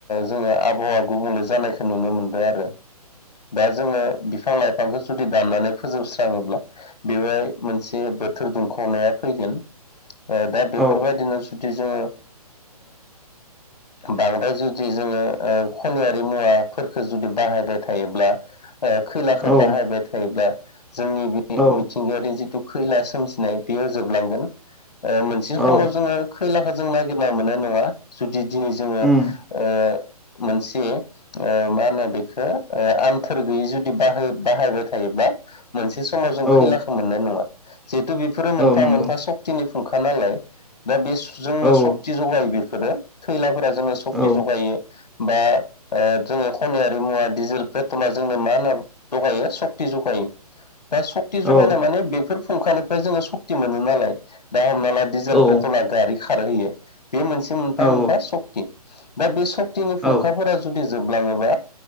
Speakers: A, on the left; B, in the centre.
A: जोङो आबहावा गुबुंले जानायखौ नुनो मोनदों आरो। दा जोङो बिफां लाइफांखो जुदि दाननानै फोजोबस्राङोब्ला बेवहाय मोनसे बोथोर दुंखावनाया फैगोन। ओ दा बेफोरबायदिनो
B: औ
A: जुदि जोङो बांद्राय जुद दि जोङो खनायारि मुवाफोरखौ जुदि बाहायबाय थायोब्ला ओ खैलाखौ
B: औ
A: बाहा बाय थायोब्ला। जोंनि बि
B: औ
A: मिथिंगायारि जिथु खैला सोमजिनाय बेयो जोबलांगोन। मोनसे
B: औ
A: खमाव जोङो खैलाखौ जों नागिरना मोननाय नङा जुदि दिनै जोङो।
B: उम
A: ओ। मोनसे ओ मा होनो बेखौ ओ आमथोर गैयि जुदि बाहाय बाहायबाय थायोबा मोनसे समाव जों
B: औ
A: खैलाखौ मोननाय नङा। जिहेथु बेफोरो मोनफा
B: औ नंगौ
A: मोनफा सक्तिनि फुंखा नालाय दा बे जोंनो
B: औ
A: सक्ति जगायो बेफ बेफोरो खैलाफोरा जोंनो सक
B: औ
A: जगायो बा जोङो खनायारि मुवा डिजेल पेट्रला जोंनो माना जगायो सक्ति जगायो। दा सक्ति जगायनाय
B: औ
A: माने बेफोर फुंखानिफ्राय जोङो सक्ति मोनो नालाय दा हमना ला डिजेल
B: औ
A: पेट्रला गारि खारहोयो बे मोनसे मोनफा
B: औ
A: मोनफा सक्ति। दा बे सक्तिनि
B: औ
A: फुंखाफोरा जुदि जोबलाङोबा